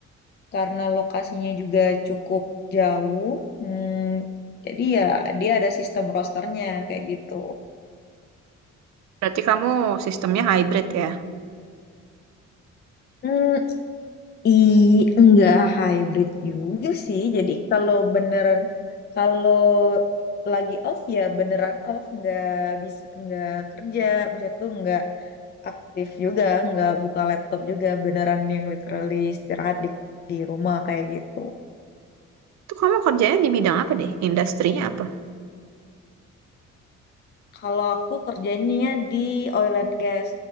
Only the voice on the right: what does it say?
Berarti kamu sistemnya hybrid ya.
Itu kamu kerjanya di bidang apa deh? Industrinya apa?